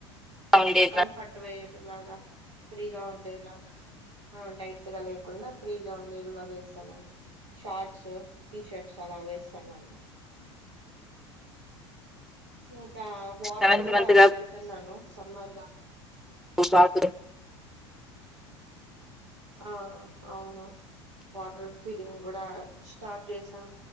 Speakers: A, in the centre; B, on the right.
A: ఉండేది
B: కంఫర్ట్ వేర్ లాగా ఫ్రీగా ఉండేర్లాగా ఆ టైట్ గా లేకుండా ఫ్రీగా ఉండేలాగా వేస్తాను నేను షార్ట్స్ టీషర్ట్స్ అలా వేస్తాన్నాను ఇంకా వాటర్
A: సెవెంత్
B: కూడా
A: మంత్
B: పెడుతున్నాను సమ్మర్గా
A: బాత్లో
B: ఆ అవును వాటర్ ఫీడింగ్ కూడా స్టార్ట్ చేస్త